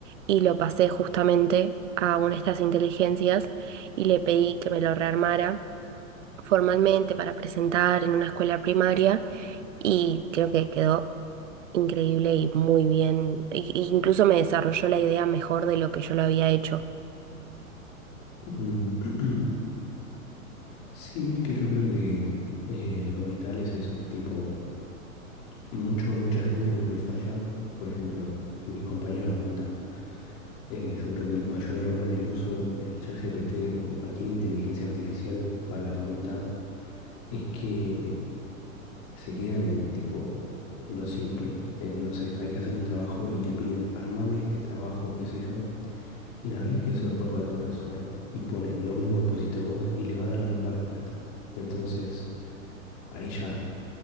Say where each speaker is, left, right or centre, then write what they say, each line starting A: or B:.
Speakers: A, on the right (about 60°); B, on the left (about 40°).
A: y lo pasé justamente a una de estas inteligencias y le pedí que me lo rearmara formalmente para presentar en una escuela primaria y creo que quedó increíble y muy bien. E- e incluso me desarrolló la idea mejor de lo que yo lo había hecho.
B: Mm, <clears throat> Sí, es que yo creo que eh, lo vital es eso, tipo, Mucho, mucha gente en lo que falla, por ejemplo, mis compañeros de la facultad. Eh, yo creo que el mayor error en el uso del ChatGPT o cualquier inteligencia artificial para la facultad es que se quedan en tipo, en lo simple. En, no sé, hay que hacer un trabajo y le piden, armame este trabajo, qué sé yo. Y la realidad es que eso después va al profesor y pone lo mismo que pusiste vos y le va a dar la misma respuesta. Entonces, ahí ya